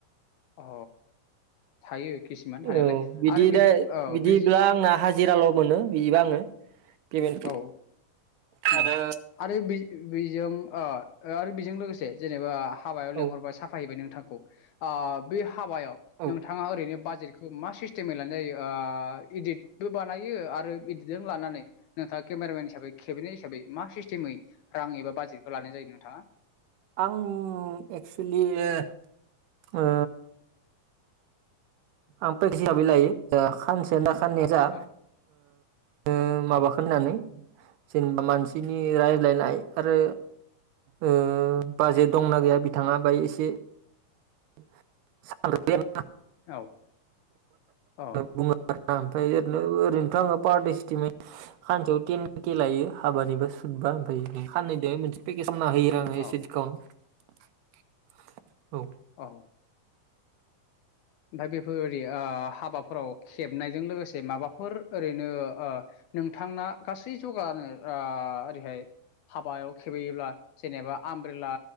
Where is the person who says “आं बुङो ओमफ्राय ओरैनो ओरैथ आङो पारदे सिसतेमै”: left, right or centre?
Right